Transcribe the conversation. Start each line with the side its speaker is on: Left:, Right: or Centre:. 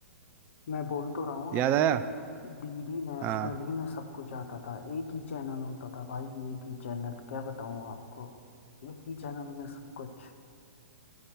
Left: मैं बोल तो रहा हूँ
Right: याद
Left: आपको
Right: आया
Left: कि डीडी नेशनल
Right: हाँ
Left: ही में सब कुछ आता था एक ही चैनल होता था भाई एक ही चैनल क्या बताऊँ आपको एक ही चैनल में सब कुछ